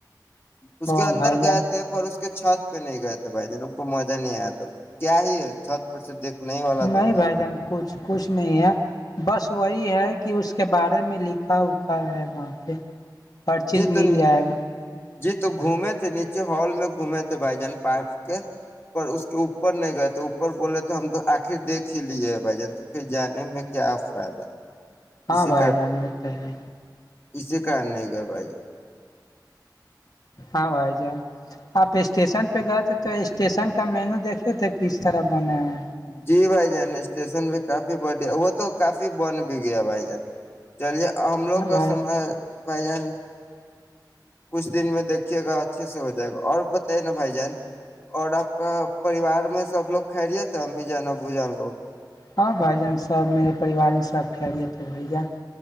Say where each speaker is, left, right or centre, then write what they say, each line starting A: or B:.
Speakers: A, on the left; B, on the left.
A: اس
B: او
A: کے اندر
B: بھائی جان
A: گئے تھے پر اس چھت پہ نہیں گئے تھے بھائی جنوں کو مزہ نہیں آیا تھا کیا ہی ہے چھت پر سے دیکھنے ہی والا
B: نہیں
A: تو تھا
B: بھائی جان کچھ کچھ نہیں ہے بس وہی ہے کہ اس کے بارے میں لکھا اکھا ہے وہاں پہ ہر چیز
A: جی تو
B: مل جائے گا
A: جی تو گھومے تھے نیچے جب ہال میں گھومے تھے بھائی جان پارک کے پر اس کے اپر اوپ نہیں گئے تو اوپر بولے تھے ہم تو آخر دیکھ ہی لیے بھجن تو پھر جانے میں کیا فائدہ
B: ہاں
A: اسی
B: بھائی جانور تو ہے
A: اس نہیں بے
B: ہاں بھائی جان آپ اسٹیشن پہ گئے تھے تو اسٹیشن کا مینو دیکھے تھے کس طرح بنا ہو
A: جی بھائی جین اسٹیشن بھی کافی بڑیا ہے وہ تو کافی بن بھی گیا بھائی چلیے ہم لوگ
B: ہاں بھائی
A: کا سمے بھائی جان کچھ دن میں دیکھیے گا اچھے سے ہو جائے گا اور بتے نا بھائی جان اور آپ کا پریوار میں سب لوگ خیریت امی جانبو جان لوگ
B: ہاں بھائی جان سب میرے پریوار میں سب کھل تھے بائی جان